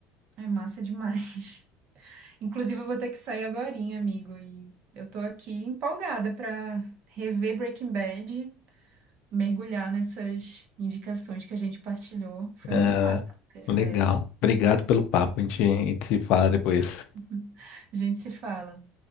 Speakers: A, on the right; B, on the left.
A: é massa demais. <laughs> Inclusive, eu vou ter que sair agorinha, amigo, e eu tô aqui empolgada pra rever Breaking Bad mergulhar nessas indicações que a gente partilhou. Foi
B: Ah,
A: muito massa trocar essa
B: legal.
A: ideia.
B: Obrigado pelo papo. A gente, a gente se fala depois.
A: <laughs> A gente se fala.